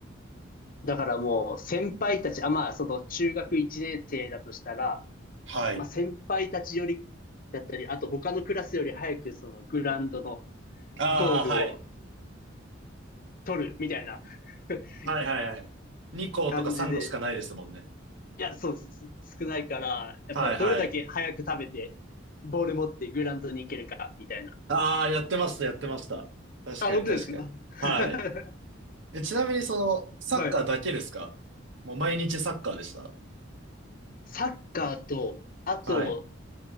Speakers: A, on the left; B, on the right.
A: だからもう、先輩たち、あ、まあ、その、中学1年生だとしたら、
B: はい。
A: まあ、先輩たちより、だったり、あと他のクラスより早く、その、グラウンドの
B: ああ、
A: ゴールを
B: はい。
A: 取る、みたいな <laughs>
B: はいはいはい。2校とか3校しかないですもんね。
A: 感じで、いや、そう、す少ないから、やっぱどれだけ早く食べて、
B: はいはい。
A: ボール持ってグラウンドに行けるか、みたいな。
B: ああ、やってました、やってました。確かに確かに。
A: あ、本当ですか <laughs>
B: はい。え、ちなみにその、サッカーだけですかもう毎日サッカーでした。
A: はい。サッカーと、あと、
B: はい。